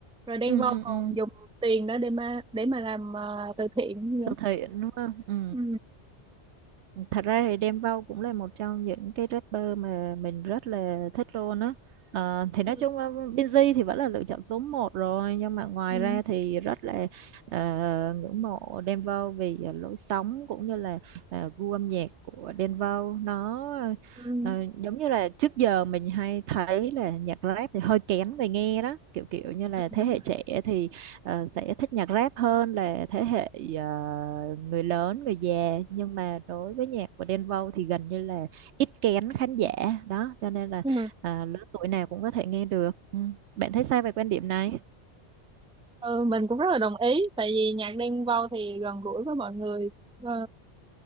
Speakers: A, in the centre; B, on the right.
A: rồi Đen
B: Ừ.
A: Vâu
B: Ừ.
A: còn
B: ừ.
A: dùng tiền đó để mà để mà làm ờ, từ thiện nữa
B: thực hiện đúng không ừ.
A: ừ.
B: Thật ra thì Đen Vâu cũng là một trong những cái rapper mà mình rất là thích luôn á. Ờ, thì nói
A: Ừ.
B: chung là Binz thì vẫn là lựa chọn số một rồi nhưng mà ngoài
A: Ừ.
B: ra thì rất là ờ, ngưỡng mộ Đen Vâu vì ờ, lối sống cũng như là ờ, gu âm nhạc của Đen Vâu nó
A: Ừ.
B: ờ, giống như là trước giờ mình hay thấy là nhạc rap thì hơi kén người nghe đó kiểu kiểu như là thế
A: Đúng
B: hệ
A: rồi.
B: trẻ thì ờ, sẽ thích nhạc rap hơn là thế hệ ờ, người lớn người già nhưng mà đối với nhạc của Đen Vâu thì gần như là ít kén khán giả đó cho nên là
A: Ừ.
B: à, lứa tuổi nào cũng có thể nghe được ừ. Bạn thấy sao về quan điểm này
A: Ừ, mình cũng rất là đồng ý tại vì nhạc Đen Vâu thì gần gũi với mọi người Ờ,